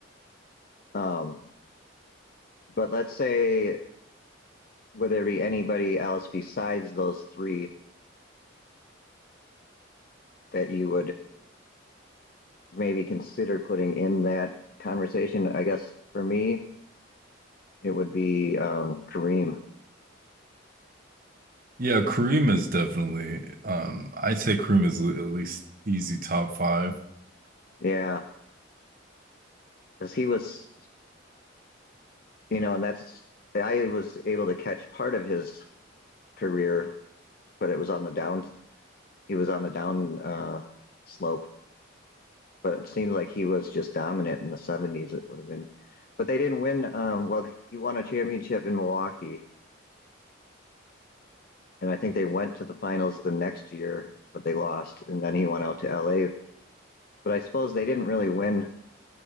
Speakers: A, on the left; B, on the right.
A: Um, but let's say would there be anybody else besides those three that you would maybe consider putting in that conversation? I guess for me, it would be um, Kareem.
B: Yeah, Kareem is definitely um I'd say Kareem is l- at least easy top five.
A: Yeah, because he was, you know, and that's I was able to catch part of his career, but it was on the down. He was on the down uh, slope but it seems like he was just dominant in the 70s. It would have been, but they didn't win. Um, well, he won a championship in Milwaukee, and I think they went to the finals the next year, but they lost, and then he went out to LA. But I suppose they didn't really win.